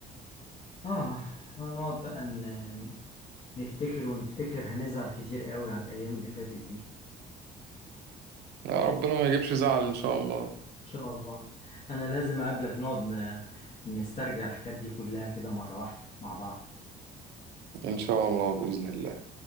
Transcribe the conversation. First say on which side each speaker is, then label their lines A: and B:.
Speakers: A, on the left (about 45°); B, on the right (about 75°).
A: آه هنقعد بقى ن- نفتكر ونفتكر هنزعل كتير قوي على الأيام اللي فاتت دي
B: يا ربنا ما يجيبش زعل إن شاء الله
A: شاء الله انا لازم اقابلك نقعد ن- نسترجع الحاجات دي كلها كده مرة واحدة مع بعض
B: إن شاء الله بإذن الله